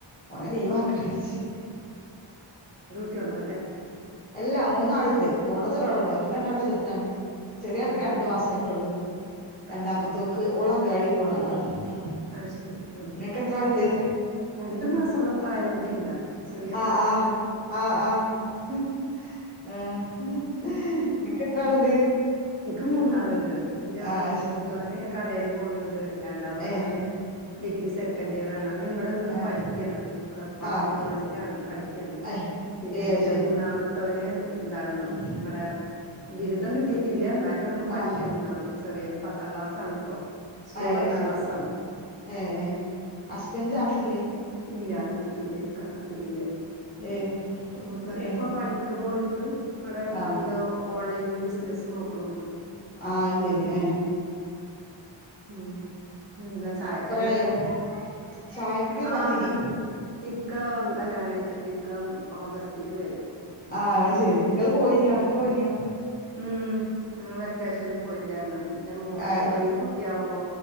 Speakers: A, on the left; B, on the right.
A: ഒന്ന്
B: ആഹ്
A: ലീവ്
B: അതെ
A: ആക്കാനു വച്ച്.
B: പറ്റൂള്ളല്ലേ
A: അല്ല മൂന്നാളുണ്ട് പോണത് ഒരാളെള്ളൂ മറ്റേ രണ്ടാളും ചെറുതാണ്. ചെറിയാക്കെ
B: ആഹ്
A: രണ്ടു
B: ആഹ്
A: മാസം ആയിട്ടുള്ളൂ, രണ്ടാമത്തെക്ക്
B: ആഹ് ആഹ്
A: ഓള് അങ്കണവാടി പോണ ആളാണ്. ഉം
B: അത് ശരി
A: ഇങ്ങക്ക് എത്ര ആള്ണ്ട്
B: ആഹ് രണ്ടു മാസമുള്ള പ്രായമുള്ള കുട്ടിണ്ടോ. ചെറിയ
A: ആഹ്
B: പ്രായല്ലോ
A: ആഹ് ആഹ് ഉം നിനക്ക് എത്ര ആളുണ്ട്.
B: എനിക്ക് മൂന്നാളുണ്ട് എന്റെ
A: ആഹ് ശരി
B: മുത്തവന് കടല് പോണുണ്ട് രണ്ടാമ മത്തെനെ
A: ഏഹ്
B: ഡിഗ്രി സെക്കൻ് ഇയർ ആണ്. അവൻ ഇവിടെ നിന്ന്
A: ആഹ്
B: പഠിക്കാണ് ഇവിടെ ബാഫി
A: ആഹ്
B: കോളേജിലാണ് പഠിക്ക ക്കണ
A: ഏഹ്
B: പിന്നെ
A: ഏയ് അത്
B: എന്റെ
A: ശരി
B: മൂന്നാമത്തവന് എന്താണ്
A: ഉം
B: ഇവിടെ. ബിരുദം കിട്ടിയിട്ടില്ല എന്നാലും അവൻ പഠിക്കാണ്
A: ആഹ്
B: മൂന്നാമത്തെ ചെറിയൊന് പത്താം ക്ലാസ്സ് ആണ് ഇപ്പൊ. സ്കൂൾ
A: ഏഹ്
B: പത്താം
A: അത് ശരി
B: ക്ലാസ്സാണ്.
A: ഏഹ് ഏഹ് ഹസ്ബൻഡ് നാട്ടില്ലേ.
B: ഇല്ല നാട്ടില് ഇക്ക നാട്ടില്ല ഉം
A: ഏഹ്
B: മൂത്തവൻ
A: ഏഹ്
B: ഇപ്പം പണിക്ക് പോണണ്ട്. നമ്മടെ
A: ആഹ്
B: എന്താ ഓൺലൈനിൽ ബിസിനസ്സ് നോക്കണണ്ട്.
A: ആഹ് അത് ശരി ഉം.
B: ഉം എന്താ ചായക്കെന്താ
A: ആയോ
B: കടി.
A: ചായക്ക്
B: ആ
A: പത്തിരി
B: ഇ- ഇക്ക വരാനായിട്ടുണ്ട് ഇക്ക ഓഗസ്റ്റില് വരും.
A: ആഹ് ശരി നിങ്ങള് പോയിനോ അങ്ങട്ട്
B: ഉം
A: പോയിനോ.
B: ഉം ഞങ്ങള് വെക്കേഷന്ന് പോയിണ്ടായിരുന്നു. എന്റെ മോന്
A: ആഹ്
B: ചെറിയ കുട്ടിയാവുമ്പോ